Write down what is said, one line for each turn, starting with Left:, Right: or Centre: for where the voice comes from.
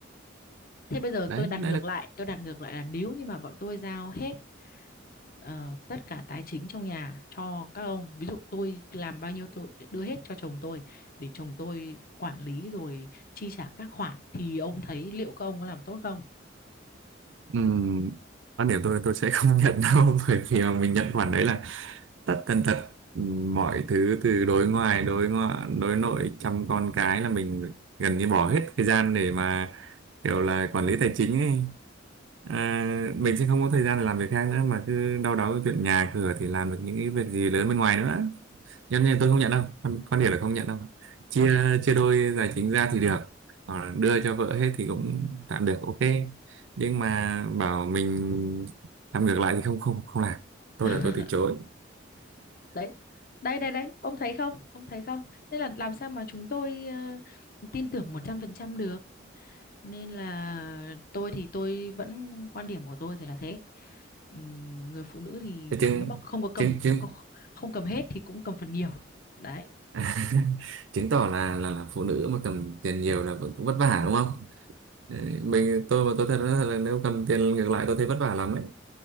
Left: thế bây giờ
Right: đấy
Left: tôi đặt
Right: đấy
Left: ngược
Right: là
Left: lại tôi đặt ngược lại là nếu như mà bọn tôi giao hết ờ, tất cả tài chính trong nhà cho các ông ví dụ tôi làm bao nhiêu tôi để đưa hết cho chồng tôi để chồng tôi quản lý rồi chi trả các khoản thì ông thấy liệu các ông có làm tốt không
Right: Ừm, quan điểm tôi tôi sẽ <laughs> không nhận đâu <laughs> bởi vì mà mình nhận khoản đấy là tất tần tật mọi thứ từ đối ngoài đối ngoại đối nội chăm con cái là mình gần như bỏ hết thời gian để mà kiểu là quản lý tài chính ấy à, mình sẽ không có thời gian để làm việc khác nữa mà cứ đau đáu cái chuyện nhà cửa thì làm được những cái việc gì lớn bên ngoài nữa cho nên tôi không nhận đâu quan, quan điểm là không nhận đâu chia
Left: ừ.
Right: chia đôi tài chính ra thì được còn đưa cho vợ hết thì cũng tạm được ok nhưng mà bảo mình làm ngược lại thì không không không làm tôi
Left: <laughs>
Right: là tôi từ chối
Left: đấy đây đây đây, ông thấy không ông thấy không Nên là làm sao mà chúng tôi ờ, tin tưởng một trăm phần trăm được nên là tôi thì tôi vẫn quan điểm của tôi thì là thế Ừm, người phụ nữ thì
Right: Thế chứng
Left: nếu mà không có cầm
Right: chứng chứng
Left: có- không cầm hết thì cũng cầm phần nhiều đấy
Right: <laughs> chứng tỏ là, là là phụ nữ mà cầm tiền nhiều là vẫn cũng vất vả đúng không Ừ, mình tôi mà tôi thật là là nếu cầm tiền ngược lại tôi thấy vất vả lắm đấy